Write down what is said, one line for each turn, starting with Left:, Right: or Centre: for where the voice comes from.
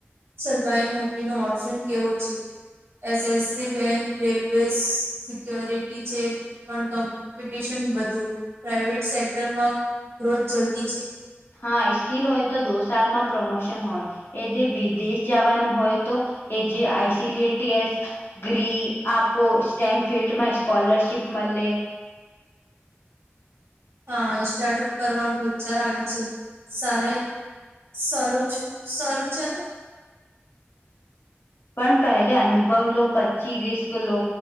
Right: સરકારી નોકરીનો ઓપ્શન કેવો છે. એસએસસી બેંક રેલવે <unintelligible> સિક્ય્યોરિટી છે. પણ કોમ્પિટિશન વધુ પ્રાઈવેટ સેક્ટરમાં ગ્રોથ જલ્દી છે.
Left: હા સ્કીિલ હોય તો દો સાલમાં પ્રમોશન હોય. એ જે વિદેશ જવાનું હોય તો એ જે <unintelligible> ગ્રી આપો સ્ટેમ ફિલ્ડમાં સ્કોલરશીપ મળે.
Right: હા સ્ટાર્ટઅપ કરવાનું વિચાર આવે છે સાર. સરરોજ સરજન.
Left: પણ પહેલે અનુભવ લો પછી રિસ્ક લો.